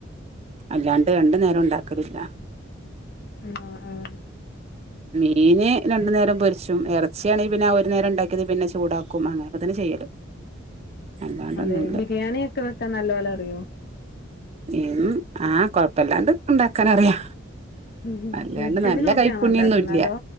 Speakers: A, on the right; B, on the left.
A: അല്ലാണ്ട് രണ്ടു നേരം ഉണ്ടാക്കലില്ല.
B: ഉം ആഹ് ആഹ്
A: മീൻ രണ്ട് നേരം പൊരിച്ചും ഇറച്ചിയാണേൽ ആ ഒരു നേരം ഉണ്ടാക്കിയത് പിന്നെ ചൂടാക്കും അങ്ങനെയൊക്കെ തന്നെ ചെയ്യല്. അല്ലാണ്ടൊന്നുല്ല
B: അതെ ബിരിയാണി ഒക്കെ വെക്കാൻ നല്ല പോലെ അറിയോ
A: ഉം ആ കൊഴപ്പമില്ലാണ്ട് ഇണ്ടാക്കാനറിയാ
B: ഉം ഉം.
A: അല്ലാണ്ട്
B: യൂട്യൂബിൽ
A: നല്ല
B: നോക്കിയാണോ
A: കൈപ്പുണ്യം
B: ഉണ്ടാക്കുന്നെ
A: ഒന്നും ഇല്ല്യ
B: അതോ